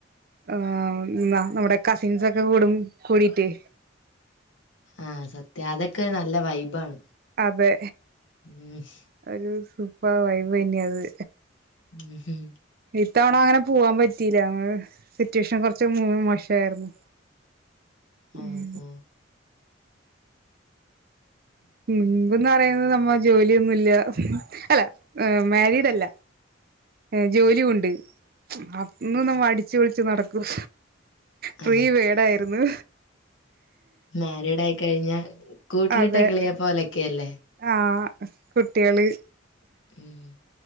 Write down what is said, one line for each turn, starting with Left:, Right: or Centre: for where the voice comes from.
Right: ആഹ് എന്നാ നമ്മുടെ കസിൻസൊക്കെ കൂടും കൂടിട്ട്.
Left: ആഹ് സത്യം അതൊക്കെ നല്ല വൈബാണ്.
Right: അതെ
Left: ഉം,
Right: അതൊരു സൂപ്പാർ വൈബന്നെ ത്
Left: ഉം ഹും
Right: ഇത്തവണ അങ്ങനെ പോവാം പറ്റില്ല സിറ്റുവേഷൻ കൊർച്ച് മോശായിരുന്നു.
Left: ഓ
Right: ഉം
Left: ഓ
Right: ഉം പിന്നെ പിന്നമ്മ ജോല്യൊന്നുല്ല അല്ല മാരീഡല്ല. എ ജോലിയൂണ്ട് അപ്പങ്ങനെ മടിച്ച് മടിച്ച് നടക്കും. ഫ്രീ
Left: ആ
Right: ബേടായിരുന്നു.
Left: മാരീഡായിക്കഴിഞ്ഞ കൂട്ടിലിട്ട
Right: അതെ
Left: കിളിയെ പോലൊക്കെല്ലേ.
Right: ആഹ് കുട്ട്യാള്.
Left: ഉം,